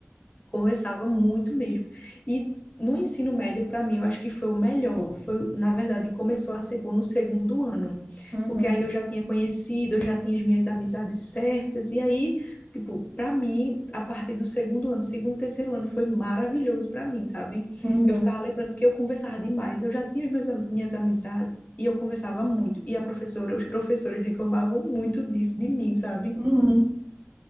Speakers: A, on the left; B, on the right.
A: Conversava
B: <laughs>
A: muito mesmo. E no ensino médio, para mim, eu acho que foi o melhor. Foi, na verdade, começou a ser bom no segundo ano,
B: Uhum,
A: porque aí eu já tinha conhecido, eu já tinha as minhas amizades certas, e aí, tipo, para mim, a partir do segundo ano, segundo, terceiro ano, foi maravilhoso para mim, sabe?
B: uhum,
A: Eu ficava lembrando que eu conversava demais, eu já tinha as minhas, minhas amizades e eu conversava muito, e a professora, os professores reclamavam muito disso de mim, sabe?
B: uhum.